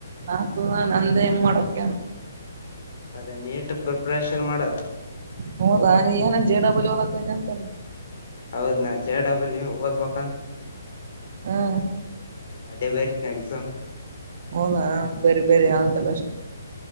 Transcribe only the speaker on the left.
ಅದೇ ನೀಟ್ ಪ್ರಿಪರೇಷನ್ ಮಾಡದು
ಹೌದ ನಾ ಜೆ ಡಬ್ಲ್ ಇ ಓದ್ಬೇಕು
ಅದೇ ಬರಿತನಿ ಎಕ್ಸಾಮ್